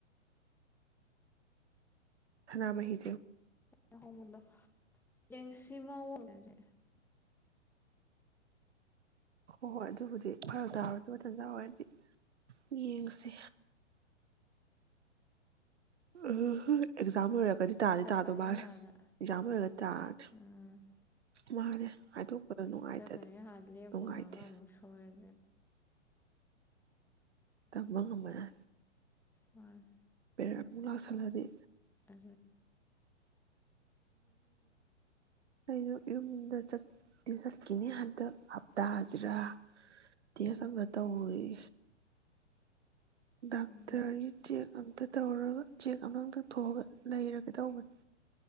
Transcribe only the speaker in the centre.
ꯂꯨꯍꯣꯍꯣꯡꯕꯗꯣ ꯌꯦꯡꯁ ꯁꯤꯃ ꯑꯣꯏꯦ
ꯆꯠꯀꯅꯤ
ꯍꯥꯟꯅ
ꯎꯝ
ꯆꯠꯀꯅꯤ ꯍꯥ ꯂꯦꯞꯄꯔꯒ
ꯑꯃꯨꯛ ꯁꯣꯏ ꯎ
ꯍꯣꯏ
ꯑ
ꯎꯝ